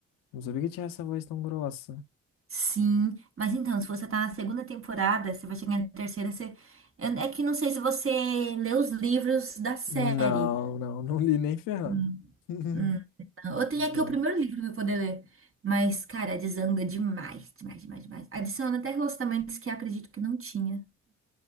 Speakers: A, on the left (about 70°); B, on the right (about 40°).
A: Não sabia que tinha essa voz tão grossa.
B: Sim, mas então, se você tá na segunda temporada, você vai chegar na terceira, você... É é que não sei se você lê os livros da série.
A: Não, não, não li nem ferrando.
B: Hum.
A: <laughs>
B: Hum, não. Eu tenho
A: Não.
B: aqui o primeiro livro pra eu poder ler. Mas, cara, desanda demais, demais, demais, demais. Adiciona até relacionamentos que eu acredito que não tinha.